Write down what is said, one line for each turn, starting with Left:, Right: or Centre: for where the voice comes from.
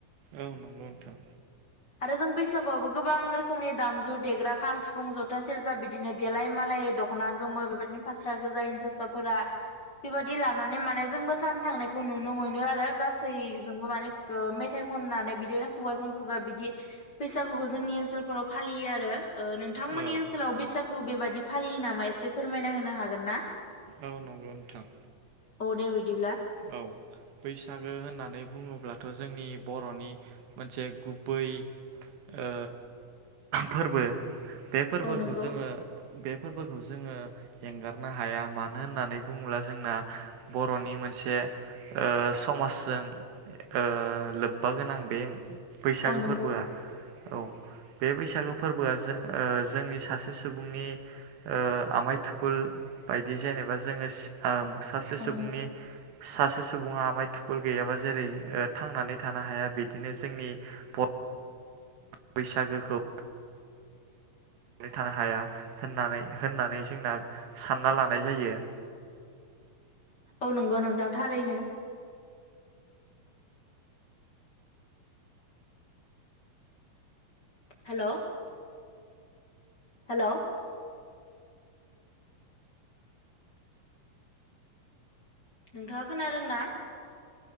Right: औ नंगौ नोंथां।
Left: आरो जों बैसागुआवबो गोबां रोखोमनि दामजु देग्रा खाम, सिफुं, जथा, सेरजा बिदिनो देलाय मालाय दखना गोमो बेबायदिनो फास्रा गोजा हिनजावसाफोरा बेबायादि लानानै माने जों मोसानो थांनायखौ नुनो मोनो आरो गासैजोंबो माने मेथाइ खननानै बिदिनो खुगााजों खुगा बिदि बैसागुखौ जोंनि ओनसोलफोराव फालियो आरो। ओ नोंथांमोननि
Right: औ
Left: ओनसोलाव बैसाग खौ बेबायादि फालियो नामा एसे फोरमायना होनो हागोन ना?
Right: औ नंगौ नोंथां।
Left: औ दे बिदिब्ला
Right: औ बैसागो होननानै बुंङोब्लाथ जोंनि बर'नि मोनसे गुबै ओ फोरबो बे फोरबोखौ
Left: औ नंगौ
Right: जोंङो बे फोरबोखौ जोंङो एंगारनो हाया मानो होननानै बुंङोब्ला जोंना बर'नि मोनसे ए ओ समाजजों ओ लोब्बा गोनां बे बैसागो
Left: औ नंगौ
Right: फोरबोआ औ बे बैसागो फोरबोआ जों ओ जोंनि सासे सुबुंनि ओ आमाइ थुखुल बायदि जेनेबा जोंङो सि आम सासे
Left: औ
Right: सुबुंनि
Left: नंगौ
Right: सासे सुबुंङा आमाय थुखुल गैयाबा जेरै थांनानै थानो हाया बिदिनो जोंनि ब बैसागोखौ नै थानो हाया होननानै होननानै जोंना सानना लानाय जायो।
Left: औ नंगौ नोंथां थारैनो हेलोव हेलोव नोंथांङा खोनादों ना?